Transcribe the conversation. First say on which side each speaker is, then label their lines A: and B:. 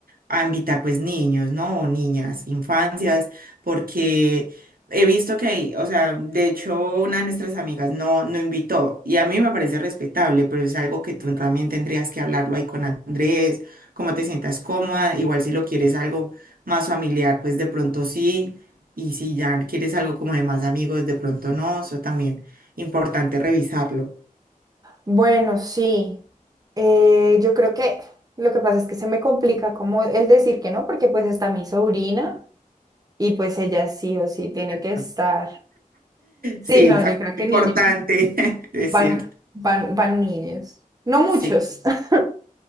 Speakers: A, on the right; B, on the right.
A: a invitar pues niños, ¿no? O niñas, infancias, porque he visto que hay, o sea, de hecho una de nuestras amigas no, no invitó y a mí me parece respetable, pero es algo que tú también tendrías que hablarlo ahí con Andrés, cómo te sientas cómoda, igual si lo quieres algo más familiar, pues de pronto sí, y si ya quieres algo como de más amigos, de pronto no, eso también importante revisarlo.
B: Bueno, sí. Eh, yo creo que lo que pasa es que se me complica como el decir que no, porque pues está mi sobrina y pues ella sí o sí tiene
A: <laughs>
B: que estar. Sí,
A: Sí,
B: no,
A: factor
B: yo creo que
A: importante,
B: niños,
A: <laughs> es
B: van,
A: cierto.
B: van, van niños. No muchos.
A: Sí.
B: <laughs>